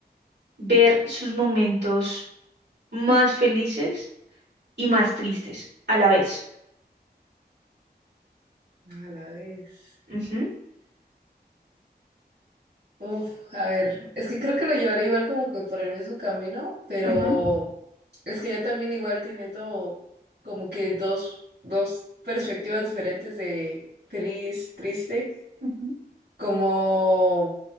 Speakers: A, on the right; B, on the right.
A: ver sus momentos más felices y más tristes a la vez?
B: a la vez.
A: Ujú,
B: Uf, a ver, es que creo que lo llevaría igual como que por el mismo camino, pero
A: ujú,
B: Es que yo también igual teniendo como que dos, dos perspectivas diferentes de feliz, triste,
A: ujú.
B: como,